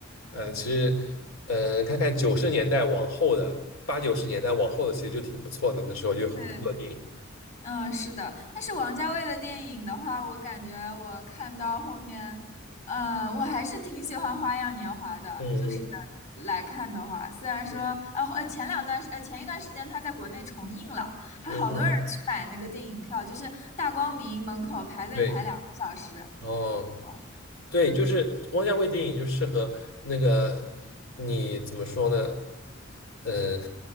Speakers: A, on the left; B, on the left.
A: 嗯，其实，嗯，看看九十年代往后的，八九十年代往后的，其实就挺不错的。那时候就很不错的电影。
B: 对嗯，是的，但是王家卫的电影的话，我感觉我看到后面，呃，我还是挺喜欢《花样年华》的，
A: 嗯
B: 就是来看的话，虽然说，
A: 嗯
B: 呃，呃前两段时，呃，前一段时间他在国内重映了，还好多人去买那个电影票，
A: 嗯嗯嗯，
B: 就是大光明门口排队排两个小时。
A: 对，哦，
B: 嗯
A: 对，就是汪家卫电影就适合那个你怎么说呢？嗯。